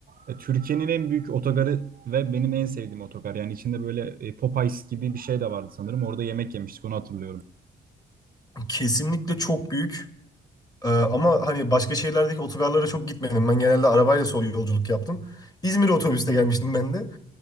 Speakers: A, on the right; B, on the left.
A: E, Türkiye'nin en büyük otogarı ve benim en sevdiğim otogar. Yani içinde böyle e, Popeyes gibi bir şey de vardı sanırım. Orada yemek yemiştik onu hatırlıyorum.
B: Kesinlikle çok büyük. Ee, ama hani başka şehirlerdeki otogarlara çok gitmedim. Ben genelde arabayla sol yolculuk yaptım. İzmir otobüste gelmiştim ben de.